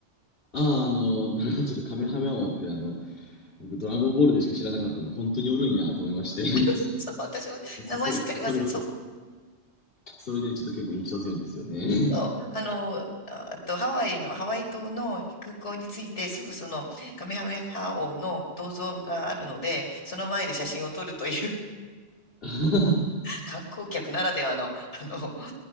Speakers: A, on the left (about 55°); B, on the left (about 80°).
A: ああ、あの、<laughs> ちょっとカメハメアオってあの、僕ドラゴンボールでしか知らなかったんで、本当におるんやと思いまして。
B: そう、私も名前すっかり忘れ、
A: <laughs> そ、それで
B: そう。
A: それでちょっと結構印象強いんですよね。
B: そう、あの、ああとハワイの、ハワイ島の空港に着いて、すぐそのカメハメハ王の銅像があるので、その前で写真を撮るという
A: <laughs>
B: 観光客ならではの、<laughs> あの、<laughs>